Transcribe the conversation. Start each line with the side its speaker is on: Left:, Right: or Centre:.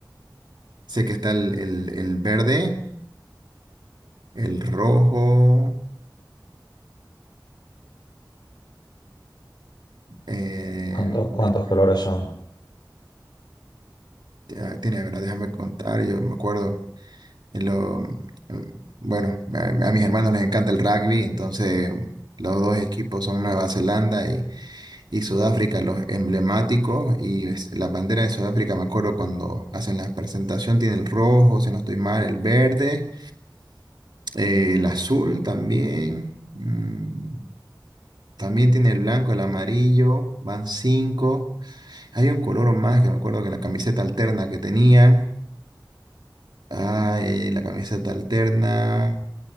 Right: sé que está el, el- el verde, el rojo. eh,
Left: ¿Cuántos,
Right: ve-
Left: cuántos colores son?
Right: ah, tiene, a ver, déjame contar, yo me acuerdo. en lo- bueno, a, a mis hermanos les encanta el rugby, entonces los dos equipos son Nueva Zelanda y, y Sudáfrica, los emblemáticos. Y es- la bandera de Sudáfrica, me acuerdo cuando hacen la presentación, tiene el rojo, si no estoy mal, el verde, eh, el azul también. mm, También tiene el blanco, el amarillo, van cinco. Hay un color más que me acuerdo que en la camiseta alterna que tenían. Ay, la camiseta alterna.